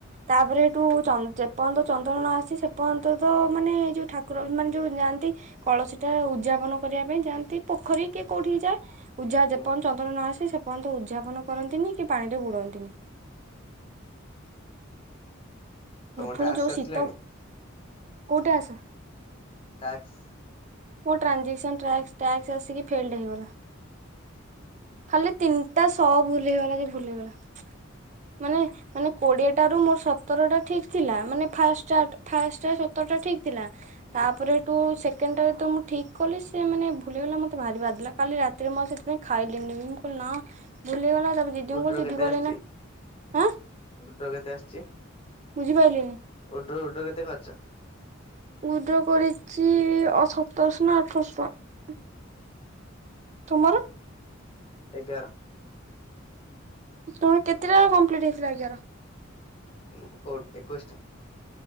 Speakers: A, on the right (about 35°); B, on the left (about 30°).
A: ତାପରେ ସେଠୁ ଚ ଯେପର୍ଯ୍ୟନ୍ତ ଚନ୍ଦ୍ର ନ ଆସିଚି ସେ ପ ପର୍ଯ୍ୟନ୍ତ ତ ମାନେ ଯୋଉ ଠାକୁର ମାନେ ଯୋଉ ଯାଆନ୍ତି, କଳସୀଟା ଉଦଯାପନ କରିବା ପାଇଁ ଯାଆନ୍ତି। ପ ପୋଖରୀ କିଏ କୋଉଠିକି ଯାଏ। <unintelligible> ଉଝା
B: ହୁଁ
A: ଯେପର୍ଯ୍ୟନ୍ତ ଚନ୍ଦନ ନ ଆସେ ସେ ପର୍ଯ୍ୟନ୍ତ ଉଦଯାପନ କରନ୍ତିନି କି ପାଣିରେ ବୁଡନ୍ତିନି।
B: ତମ
A: ଫୁଣି
B: ଟାସ୍କ
A: ଯୋଉ ଶୀତ।
B: ଆସିଲାଣି
A: କୋଉ ଟାସ <unintelligible>
B: ଟାକ୍ସ?
A: ମୋ ଟ୍ରାଞ୍ଜିସ୍କନ ଟ୍ରାସ୍କ ଟାକ୍ସ ଆସିକି ଫେଲ୍ଡ ହେଇଗଲା। ଖାଲି ତିନିଟା ଶ ଭୁଲଗଲା ଯେ ଭୁଲ ହେଇଗଲା। ମାନେ ମାନେ କୋଡିଏଟାରୁ ମୋର ସତରଟା ଠିକ୍ ଥିଲା। ମାନେ, ଫାଷ୍ଟଟାଟ
B: ହୁଁ
A: <unintelligible> ଫାଷ୍ଟଟା ସତରଟା ଠିକ୍ ଥିଲା
B: ହୁଁ
A: ତାପରେ ସେଠୁ ସେକେଣ୍ଡଟାରେ ତ ମୁଁ ଠିକ୍ କଲି ସିଏ ମାନେ ଭୁଲ୍ ହେଇଗଲା, ମତେ ଭାରିି ବାଧିଲା। କାଲି ରାତିରେ ମୁଁ ଆଉ ସେଥିପାଇଁ ଖାଇଲିନି ବି ମୁଁ କହିଲି ନା ଭୁଲ୍ ହେଇଗଲା ତାପରେ ଦିଦିଙ୍କୁ
B: ଉଡ୍ର
A: କହିଲି
B: କେତେ
A: ଦିଦି କହିଲେ
B: ଆସିଛି
A: ନାଁ ଆଁ?
B: ଉଡ୍ର କେତେ ଆସିଛି
A: ବୁଝି ପାଇଲିନି।
B: <unintelligible> କେତେ କରିଚ?
A: ୱିଇଡ୍ରୋ କରିଚି ଆ ସତରଶ ନା ଅଠରଶ ଟଙ୍କା। ତୁମର?
B: ଏଗାର।
A: ତମର କେତେଟା କମ୍ପ୍ଲିଟ ହେଇଥିଲା ଏଗାର?
B: ଉମ୍ କ ଏକୋଇଶ ଟା।